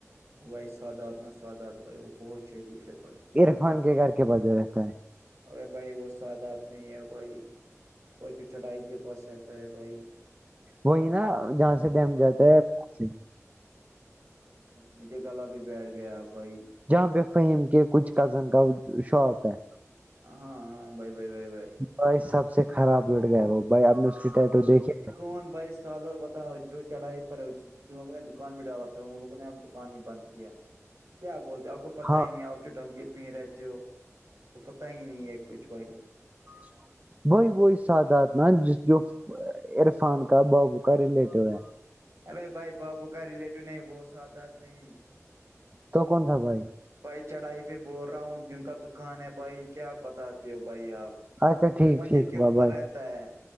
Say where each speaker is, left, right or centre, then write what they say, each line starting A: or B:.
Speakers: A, on the right; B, on the right.
A: بھائی سادات نہ سادات بھائی وہ بہت شریف ہے بھائی
B: عرفان کے گھر کے بجو رہتا ہے
A: ار بھائی وہ سادات نہیں ہے بھائی وہ جو چڑھائی کے پاس رہتا ہے بھائی
B: وہی نا جہاں سے ڈیم
A: ہاں
B: جاتا ہے سے،
A: مجھے گلا بھی بیٹھ گیا بھائی
B: جہاں فہیم کے کچھ کزن کا شاپ ہے
A: ہاں ہاں بائی بائی بھائی بائی
B: بھائی سب سے خراب لڑ گیا ہے وہ بھائی آپ نے اس کے ٹٹو دیکھے ہے
A: فون بائیس <unintelligible> ساد بتاؤ جو چڑھاائے پر جن لوگوں نے دکان بھی ڈالا تھا ان لوگوں نے اب دکان ہی بند کیا کیا بولتے آپ کو پتا
B: ہاں
A: ہی نہیں آپ جو ڈل گیٹ میں ہی رہتے ہو وہ پت ہی نہیں ہے کچھ بھائی
B: شا <unintelligible> وہی وہی سادات نا جس جو عرفان کا بابو کا ریلیٹو ہے
A: ارے بھائی بھائی بابو کا ریلیٹو نہیں وہ ساتھ آاتھ نہیں
B: تو کون تھاا بھائی
A: بھائی چڑھائی پہ بول رہا ہوں جن کا دکان ہے بھائی کیا بتاتے ہو بھائی آپ
B: اچھا ٹھیک
A: جو مسجد
B: ٹھیک
A: کے اوپر
B: با بائے
A: رہتا ہے